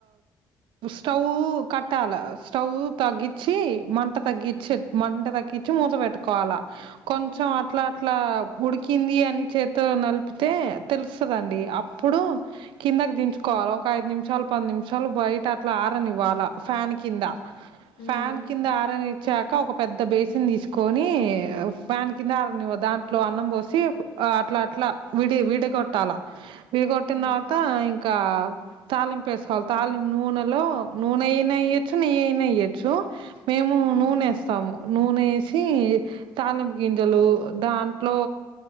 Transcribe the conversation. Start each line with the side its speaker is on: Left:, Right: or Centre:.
Right: స్టవ్ కట్టాలి స్టవ్ తగ్గించి మ మంట తగ్గించి
Left: ఉమ్
Right: మండ తగ్గించి చ్చి మూత వేట్టుకోవాలా కొంచెం
Left: ఉమ్
Right: అట్లా అట్లా ఉడికింది అని చేతో నలిపితే తెలుస్తదండి అప్పుడు కిందకి దించుకోవాలే ఒక ఐదు నిమిషాలు పది నిమిషాలు బయట అ ఇట్ల ఆరా నివ్వాలా ఫ్యాన్ కింద
Left: ఉమ్
Right: ఫ్యాన్ కింద ఆరనీ వచ్చాక ఒక పెద్ద బేసిన్ తీసుకొని ఫ్యాన్ కింద ఆరా నివు దాంట్లో అన్నం పోసి అట్లా అట్లా విడి విడగొట్టాల వీ గొట్టిన
Left: అవునా
Right: తవాత ఇం కా తాలింపు ఎసుకోవాలే తాలిం నూనె హలో నునైన ఎయచ్చు నెయ్యైన ఎయచ్చు మేము
Left: అవునా
Right: నూనె ఎస్తాము నూనెసి తాలింపు గింజెలు దాంట్లో